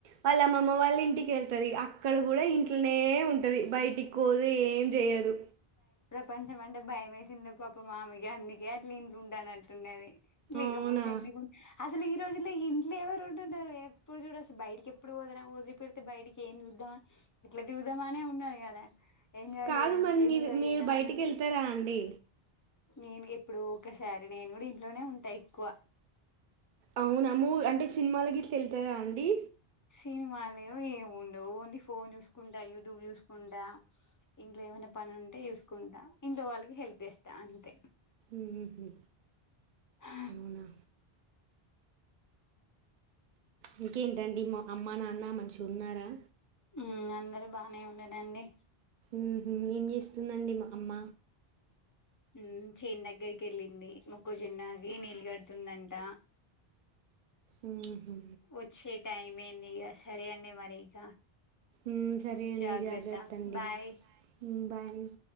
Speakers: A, on the right (about 60°); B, on the left (about 30°).
A: వాళ్ళ అమ్మమ్ మ్మ వాళ్ళ ఇంటికి వెళ్తది అ అక్కడ కూడా ఇం ట్లనే ఉంటది బయటికి పోదు ఏం చేయదు.
B: పంచం అంటే భయం వేసిందో పాపమామెకి అందుకే అట్లా ఇంట్లో ఉంటానట్టున్నది. లేకపోతే
A: అవునా
B: ఎందుకు అస్ అసలు ఈ రోజుల్లో ఇంట్లే ఎవరుంటున్నరు ఎప్పుడు చూడు అసలు బయటికి ఎప్పుడు వదల వదిలి పెడితే బయటికి ఏం చూద్దామా ఇట్లా దిగుదామని ఉన్నది కదా ఎంజాయ్
A: కాదు మరి
B: ఎంజాయ్
A: మీరు మీరు
B: చేద్దామని
A: బయటికి వెళ్తారా అండి.
B: నేను ఎప్పుడోకసారి నేను కూడా ఇంట్లోనే ఉంటా ఎక్కువ.
A: అవునా మూవీస్ అంటే సినిమాల గిట్ల వెళ్తారా అండి.
B: సినిమాల్లేవ్ ఏం ఉండవు ఓన్లీ ఫోన్ చూసుకుంటా యూట్యూబ్ చూసుకుంటా ఇంట్లో ఏమైనా పని ఉంటే చూసుకుంటా ఇంట్లో వాళ్ళకి హెల్ప్ చేస్తా అంతే.
A: ఊహు
B: హ
A: అవునా ఇంకేంటండి మామ్ అమ్మ నాన్న మంచిగున్నారా.
B: ఉమ్ అందరు బానే ఉన్నరండి.
A: ఊహూ ఏం జేస్తుందండి మ అమ్మ
B: ఉమ్ చైన్ దగ్గరికెళ్ళింది మొక్కుజొన్న కి నీ గడ్డుందంట
A: ఉమ్ హు
B: వొచ్చే టైమైందిగ సరే అండి మరి ఇక.
A: ఊమ్ సరే అండి
B: జాగ్రత్త
A: జాగ్రత్తండి
B: బాయ్
A: బాయ్ ఉమ్ బాయ్. ఉమ్